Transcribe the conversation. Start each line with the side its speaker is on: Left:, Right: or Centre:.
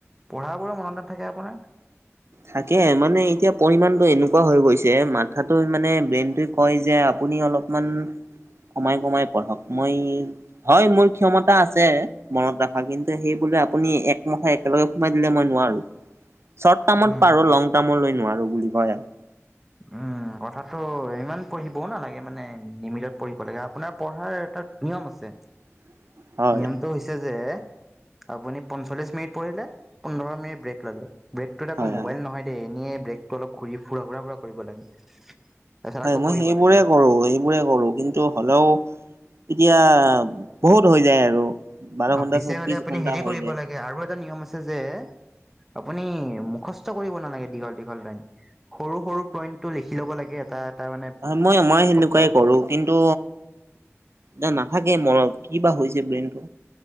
Centre: পঢ়াবোৰো মনত নাথাকে আপোনাৰ
Right: থাকে মানে এতিয়া পৰিমাণটো এনেকুৱা হৈ গৈছে মাথাটো মানে ব্ৰেনটো কয় যে আপুনি অলপমান কমাই কমাই পঢ়ক মই হয় মোৰ ক্ষমতা আছে মনত ৰাখা কিন্তু সেই বোলে আপুনি একমখা একেলগে সোমাই দিলে মই নোৱাৰো। টামান
Centre: উম
Right: পাৰো লং টাৰ্মলৈ নোৱাৰো বুলি কয় আৰ
Centre: উম। কথাটো হয় ইমান পঢ়িবও নালাগে মানে লিমিতত পঢ়িব লাগে আপোনাৰ পঢ়াৰ এটা নিয়ম আছে।
Right: <unintelligible> হয়
Centre: নিয়ম টো হৈছে যে আপুনি পঞ্চল্লিশ মিনিট পঢ়িলে পোন্ধৰ মিনিট ব্ৰেক ললে। ব্ৰেকটোত আকৌ
Right: হয়
Centre: মোবাইল
Right: হয়
Centre: নহয় দেই এনেই ব্ৰেকটো অলপ ঘূৰি ঘুৰা ফুৰা কৰিব লাগে। তাৰপিছত
Right: হয়
Centre: আকৌ
Right: মই
Centre: পঢ়িব
Right: সেইবোৰে
Centre: লাগে
Right: কৰো সেইবোৰে কৰো কিন্ টো হ'লৌও এতিয়া বহুত হৈ যায় আৰু। বাৰ
Centre: অ
Right: ঘন্টা
Centre: পিছে
Right: চৌবিশ
Centre: হলে আপুনি
Right: ঘন্টা
Centre: হেৰি
Right: হৈ
Centre: কৰিব
Right: যায়
Centre: লাগে আৰু এটা নিয়ম আছে যে। আপুনি মুখস্থ কৰিব নালাগে দীঘল দীঘল লাইন সৰু সৰু পইণ্টটো লিখি ল'ব লাগে এটা এটা মানে
Right: হয় মই মই সেনেকুৱাই
Centre: শব্দ
Right: কৰো। কিন্তু না নাথাকে মনত কি বা হৈছে ব্ৰেইনটো।